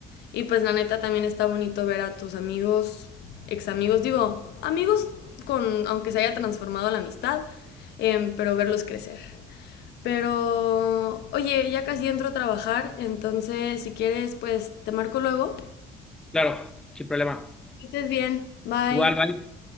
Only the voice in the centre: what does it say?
claro, qué problema.
Igual, bye.